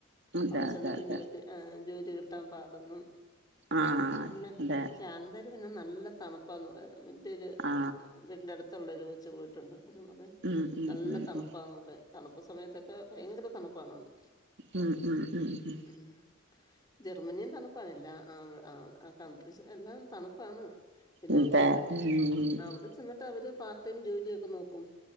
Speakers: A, on the right; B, on the left.
A: അതെ
B: അവിടെ
A: അതെ
B: ചെന്ന്ട്ടും
A: അതെ
B: ജോലി ആഹ് ജോലി കിട്ടാൻ പാടന്നും
A: ആ
B: പിന്നെ
A: അതെ
B: കാനഡയിൽ പിന്നെ നല്ല തണുപ്പാന്ന് പറയുന്നത് ന്റെഒരു
A: ആ
B: വീടിന്റെ അടുത്തുള്ളരു കൊച്ച് പോയിട്ടുണ്ട് അത
A: ഉം ഉം
B: നല്ല
A: ഉം
B: തണുപ്പാ
A: ഉം
B: പറ തണുപ്പ് സമയത്തൊക്കെ ഭയങ്കര തണുപ്പാണന്ന്
A: ഉം ഉം ഉം ഉം
B: ഉം ജർമ്മനിയും തണുപ്പാണ് എല്ലാ ആഹ് ആഹ് ആഹ് കൺട്രീസ് എല്ലാം തണുപ്പാണ് പിന്നെ
A: ഉം
B: അവര്
A: അതെ ഉം
B: അവിടെ ചെന്നിട്ട് അവര് പാർട്ടൈം ജോലിയൊക്കെ നോക്കും